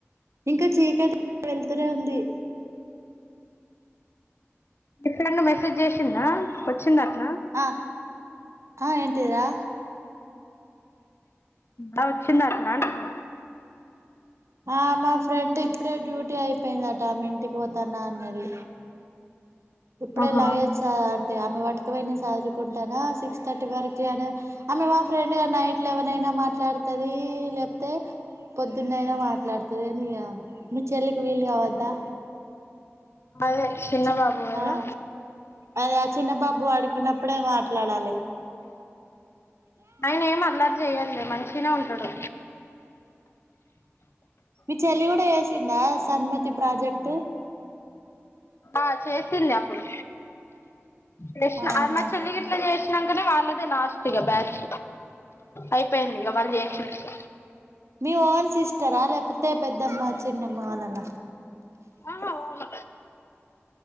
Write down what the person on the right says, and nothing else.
ఇంకా చీకటి వెలుతురే ఉంది
ఆ ఆ ఏంటిరా
ఆ మా ఫ్రెండ్ ఇప్పుడే డ్యూటీ అయిపోయిందట ఆమె ఇంటికి పోతన్నా అన్నది ఇప్పుడే
ఇలాగే చ అంటే ఆమె వటుకపోయినా చదురుకుంటానా సిక్స్ థర్టీ వరకు అని ఆమె మా ఫ్రెండ్ గ నైట్ లెవెన్ అయినా మాట్లాడుతది లేపోతే పొద్దున్న అయినా మాట్లాడుతది అని ఇక మీ చెల్లికి వీలు కావద్దా
చి
ఆ అదే ఆ చిన్న బాబు ఆడుకున్నప్పుడే మాట్లాడాలి
మీ చెల్లి కూడా చేసిందా సన్మతి ప్రాజెక్ట్
ఆహా
మీ ఓన్ సిస్టరా లేక పోతే పెద్దమ్మ చిన్నమ్మ వాలన